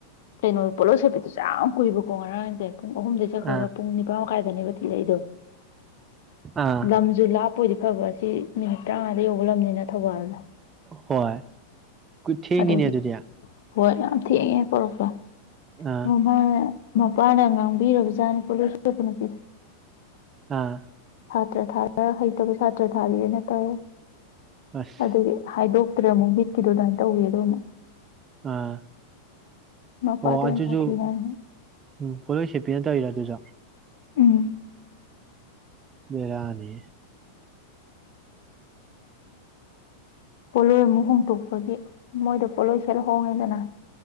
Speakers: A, on the left; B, on the right.
A: ꯀꯩꯅꯣ ꯄꯣꯠꯂꯧ ꯁꯦꯄꯤꯠꯇꯁꯨ ꯌꯥꯝ ꯀꯨꯏꯕꯀꯣ ꯉꯔꯥꯡꯗ ꯄꯨꯡ ꯑꯍꯨꯝꯗꯒꯤꯩ ꯆꯠꯈ꯭ꯔꯒ
B: ꯑꯥ
A: ꯄꯨꯡ ꯅꯤꯄꯥꯟ ꯃꯈꯥꯏꯗꯅꯦꯕ ꯊꯤꯔꯛꯏꯗꯣ
B: ꯑꯥ
A: ꯂꯝꯁꯨ ꯂꯥꯞ ꯑꯩꯣꯏꯗꯤ ꯐꯕ ꯁꯤ ꯃꯤꯅꯤꯠ ꯇꯔꯥꯃꯉꯥꯗ ꯌꯧꯕ ꯂꯝꯅꯤꯅ ꯊꯧꯕꯥꯜꯗ
B: ꯍꯣꯏ ꯊꯦꯡ
A: ꯑꯗꯨꯒꯤ
B: ꯀꯅꯤ ꯑꯗꯨꯗꯤꯌꯥ
A: ꯍꯣꯏ ꯉ ꯊ ꯄꯨꯔꯣꯄ
B: ꯑꯥ
A: ꯑꯣꯃ ꯃꯄꯥꯅ ꯉꯥꯡꯕꯤꯨ ꯖꯥꯠꯅꯤꯄꯣ ꯂꯣꯏꯁꯤꯦꯄ ꯅꯨꯄꯤꯗ
B: ꯑꯥ
A: ꯁꯥꯇ꯭ꯔ ꯊꯥꯔ ꯍꯩꯇꯕ ꯁꯥꯇ꯭ꯔ ꯊꯥꯕꯤꯔꯦꯅ ꯇꯧꯋꯦ
B: ꯑꯁ
A: ꯑꯗꯨꯗꯤ ꯍꯥꯏꯗꯣꯛ ꯆꯠꯇ꯭ꯔꯦ ꯑꯃꯨꯛꯕꯤꯠꯀꯤꯗꯣ ꯑꯗꯨꯃꯅ ꯇꯧꯋꯦꯗꯣ ꯑꯃꯨꯛ
B: ꯑ
A: ꯃꯄꯥꯗꯣ
B: ꯑꯣ ꯑꯗꯨꯁꯨꯨ
A: ꯌꯥꯝ ꯁꯥꯊꯤ ꯍꯥꯏꯅ
B: ꯎꯝ ꯄꯣꯂꯣꯏꯁꯦꯄꯤꯅ ꯇꯧꯔꯤꯔ ꯑꯗꯨꯖ
A: ꯎꯝ
B: ꯕꯤꯔꯅꯤ
A: ꯄꯣꯂꯣ ꯃ ꯍꯨꯝ ꯇ ꯗꯤ ꯃꯣꯏ ꯄꯂꯣꯏ ꯐꯔ ꯍꯉꯗꯅ